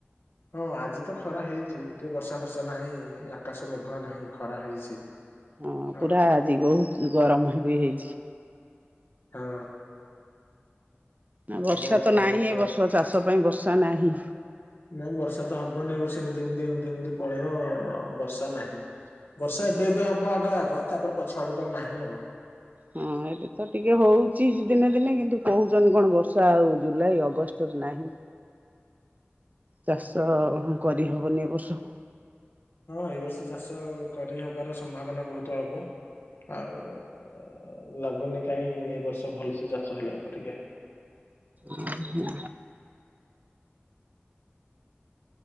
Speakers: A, on the left; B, on the right.
A: ହଁ ଆଜି ତ ଖରା ହେଇଛି। ଟିକେ ବର୍ଷା ଫର୍ଷା ନାହିଁ। ଆକାଶ ମେଘୁଆ ନାହିଁ ଖରା ହେଇଛି।
B: ହଁ
A: ଆଉ
B: ପୁରା ଆଜି ବହୁତ ଗରମ ବି ହେଇଛି।
A: ହଁ।
B: ନା
A: ପ୍ରବଳ
B: ବର୍ଷା ତ ନାହିଁ
A: ମାତ୍ରାରେ
B: ଏ ବର୍ଷ ଚାଷ ପାଇଁ ବର୍ଷା ନାହିଁ।
A: ନା ବର୍ଷା ତ ହବନି। ଏ ବର୍ଷ ଏମତି ଏମତି ଏମତି ଏମିତି ପଳେଇବ ବର୍ଷା ନାହିଁ। ବର୍ଷା ଏବେ ବି ହବ ଆଗ ଆଗ। ତାପରେ ପଛଆ ଆଡକୁ ଆଉ ନାହିଁ ଆଉ।
B: ହଁ ଏବେ ତ ଟିକେ ହଉଛି ଦିନେ ଦିନେ। କିନ୍ତୁ କହୁଛନ୍ତି କଣ ବର୍ଷା ଆଉ ଜୁଲାଇ ଅଗଷ୍ଟରେ ନାହିଁ? ଚାଷ ହଁ କରିହବନି ବର୍ଷ?
A: ହଁ ଏଇ ବର୍ଷ ଚାଷ କରିହବାର ସମ୍ଭାବନା ବୋହୁତ ଅଳ୍ପ। ଆଉ ଲାଗୁନି କାହିଁ ଏ ବର୍ଷ ଭଲସେ ଚାଷ ହେଲା ପରିକା!
B: ଉଁ ହୁଁ